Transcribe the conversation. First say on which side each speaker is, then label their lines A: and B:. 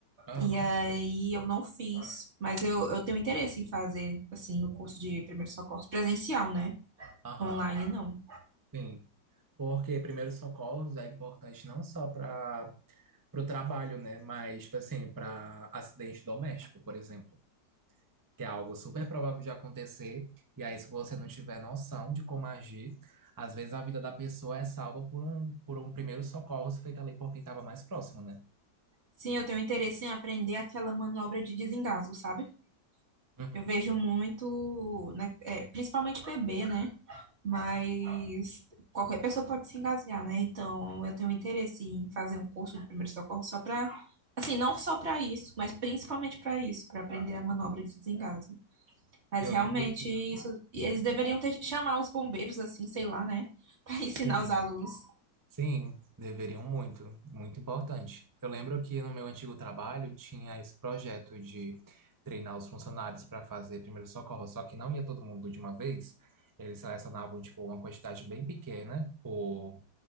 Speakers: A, on the right; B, on the right.
A: Aham,
B: E aí eu não fiz, mas eu, eu tenho interesse em fazer, assim, o curso de primeiros socorros presencial, né?
A: aham,
B: Online, não.
A: sim. Porque primeiros socorros é importante não só para o trabalho, né? Mas, tipo assim, para acidente doméstico, por exemplo, que é algo super provável de acontecer. E aí, se você não tiver noção de como agir, às vezes a vida da pessoa é salva por um, por um primeiro socorro feito ali por quem estava mais próximo, né?
B: Sim, eu tenho interesse em aprender aquela manobra de desengasgo, sabe?
A: Uhum.
B: Eu vejo muito, né, é, principalmente bebê, né? Mas qualquer pessoa pode se engasgar, né? Então eu tenho interesse em fazer um curso de primeiro socorro só para, assim, não só para isso, mas principalmente para isso, para aprender a manobra de desengasgo. Mas
A: Eu
B: realmente
A: lembro que,
B: isso, eles deveriam ter chamar os bombeiros, assim, sei lá, né? <laughs> Para ensinar
A: sim.
B: os alunos.
A: Sim, deveriam muito, muito importante. Eu lembro que no meu antigo trabalho tinha esse projeto de treinar os funcionários para fazer primeiro socorro, só que não ia todo mundo de uma vez. Eles selecionavam tipo uma quantidade bem pequena por,